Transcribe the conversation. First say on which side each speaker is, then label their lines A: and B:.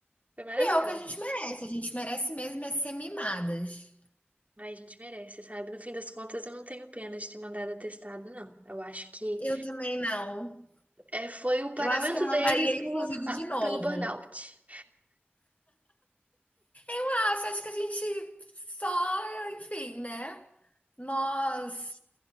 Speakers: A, on the right (about 40°); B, on the left (about 40°).
A: Foi maravilhosa.
B: E é o que a gente merece, a gente merece mesmo é ser mimadas.
A: Ai, a gente merece, sabe? No fim das contas, eu não tenho pena de ter mandado atestado, não. Eu acho que
B: Eu também não.
A: é, foi o pagamento
B: Eu acho que eu mandaria,
A: deles por,
B: inclusive,
A: ah,
B: de novo.
A: pelo burnout.
B: Ah, você acha que a gente só, enfim, né? Nós